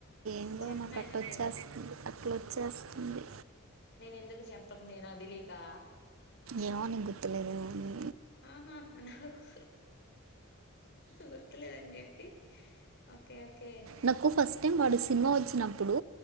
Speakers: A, on the right; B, on the left.
A: ఎందో
B: చెప్పినా
A: నాకు అట్ట
B: వినట్లేదా
A: వచ్చేస్తుంది, అట్లా వచ్చేస్తుంది.
B: నేను ఎందుకు చెప్పంది నాకు తేలీకా
A: ఏమో నీకు గుర్తులేదేమో అనీ
B: ఆహా నాకు గుర్తులేదని చెప్పి ఓకే ఓకే
A: నాకు ఫస్ టైం వాడు సినిమా వచ్చినప్పుడూ,